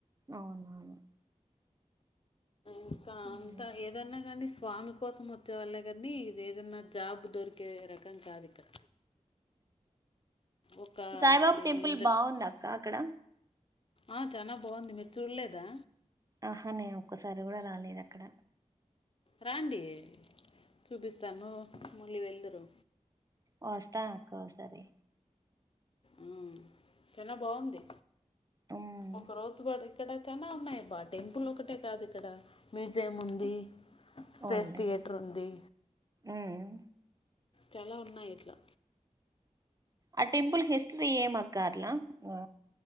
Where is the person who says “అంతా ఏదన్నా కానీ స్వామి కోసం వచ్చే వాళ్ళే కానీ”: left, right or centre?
Left